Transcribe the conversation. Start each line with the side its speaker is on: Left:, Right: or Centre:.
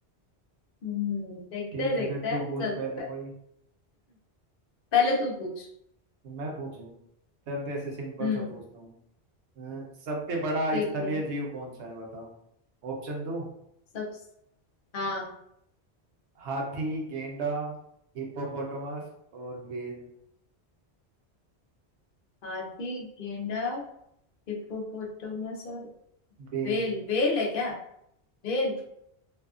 Left: हम्म देखते
Right: ठीक
Left: हैं देखते
Right: है फिर
Left: हैं
Right: तू पूछ
Left: चल
Right: पहले
Left: प-
Right: कोई
Left: पहले तू पूछ
Right: मैं पूछूं चलते ऐसे सिंपल
Left: हम्म
Right: सा पूछता हूँ अ, सबसे बड़ा
Left: ठीक
Right: स्थलीय
Left: है
Right: जीव कौन सा है बता ऑप्शन दो
Left: सब हाँ
Right: हाथी गेंडा हिप्पोपोटामस और व्हेल
Left: हाथी गेंडा हिप्पोपोटामस और
Right: व्हेल
Left: वेल वेल है क्या वेल